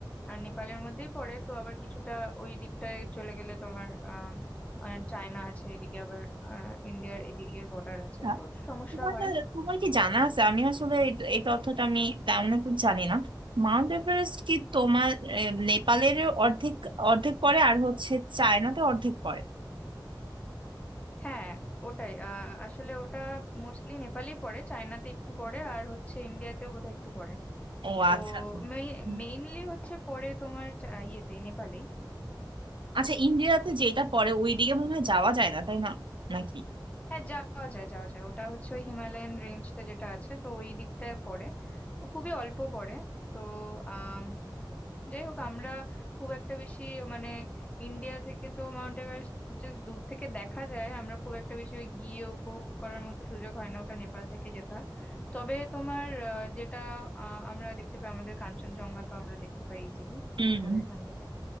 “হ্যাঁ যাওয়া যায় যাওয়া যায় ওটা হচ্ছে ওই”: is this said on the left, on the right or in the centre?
Left